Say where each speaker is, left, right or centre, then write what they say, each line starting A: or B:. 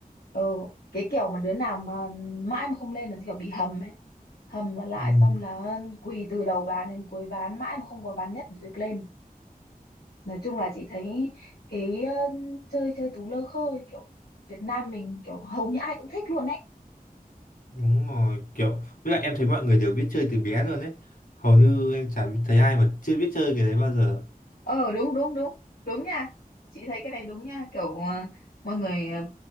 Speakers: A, on the left; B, on the left.
A: ờ, cái kiểu mà đứa nào mà mãi mà không lên là kiểu bị hầm ấy, hầm mà lại
B: Ừ.
A: xong là quỳ từ đầu ván đến cuối ván mãi mà không có ván nhất để được lên. Nói chung là chị thấy cái ờ, chơi chơi tú lơ khơ kiểu Việt Nam mình kiểu hầu như ai cũng thích luôn ấy.
B: Đúng rồi, kiểu với lại em thấy mọi người đều biết chơi từ bé luôn đấy. Hầu như em chả thấy ai mà chưa biết chơi cái đấy bao giờ.
A: ờ đúng đúng đúng đúng nha chị thấy cái này đúng nha kiểu ờ, mọi người ờ,